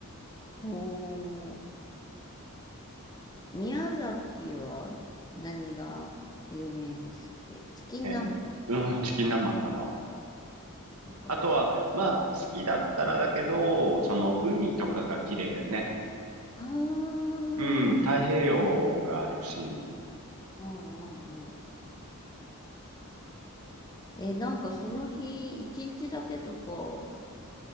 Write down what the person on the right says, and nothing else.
えーうん、チキン南蛮かな。
あとは、
まあ、好きだったらだけど、その、海とかが綺麗だよね。
うん、太平洋があるし、